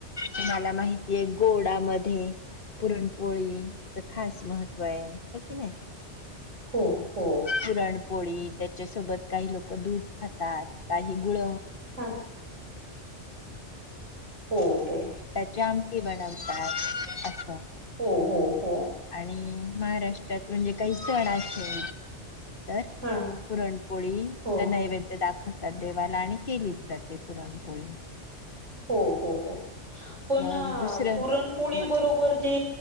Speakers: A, on the left; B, on the right.
A: तुम्हाला माहितीय गोडा म पुरणपोळीच खास महत्व आहे ह कि नाही
B: हो हो
A: पुरणपोळी त्याच्यासोबत काही लोक दूध खातात काही गुळ <inaudible>
B: हा हो हो
A: जामटी बनवतात असं
B: हो हो हो
A: आणि महाराष्ट्रात म्हणजे काही सण असेल तर
B: हा
A: पुरणपोळी
B: हो.
A: नैवेद्य दाख खतात देवाला आणि केलीच जाते पुरणपोळी
B: हो हो हो पण
A: मग दुसरं
B: पुरणपोळी
A: बोला
B: बरोबर जे